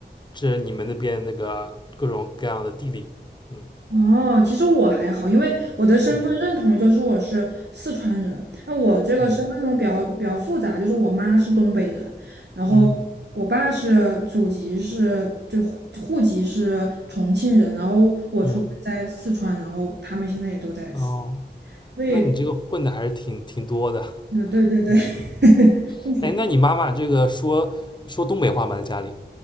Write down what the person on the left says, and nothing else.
这你们那边那个各种各样的地理，嗯
嗯
嗯
嗯
嗯，
哦，
那你这个混的还是挺挺多的，
嗯。
哎，那你妈妈这个说说东北话吗？在家里？